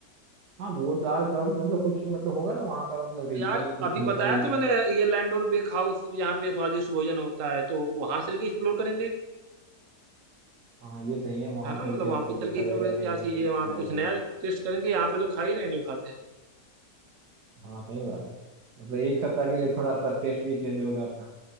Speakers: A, on the right; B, on the right.
A: हाँ वो दाल चावल मतलब कुछ तो मतलब होगा ना वहाँ का मतलब रीजनल
B: यार
A: कुछ
B: अभी
A: लोकल
B: बताया तो मैंने ये लैंडोर बेक हाउस यहाँ पे स्वादिष्ट भोजन होता है तो वहां चल के एक्सप्लोर करेंगे
A: हाँ ये सही है वहाँ
B: है ना
A: चल
B: मतलब
A: के
B: वहां
A: मतलब
B: पे चल
A: देखा
B: के एक्सप्लोर
A: जाएगा नई
B: क्या
A: नई
B: चीज
A: चीज
B: है वहां
A: खाया
B: पे कुछ
A: जाएगा
B: नया टेस्ट करेंगे यहाँ पे तो खा ही रहे हैं जो खाते हैं
A: हाँ सही बात है मतलब एक सप्ताह के लिए थोड़ा सा टेस्ट भी चेंज होगा अपना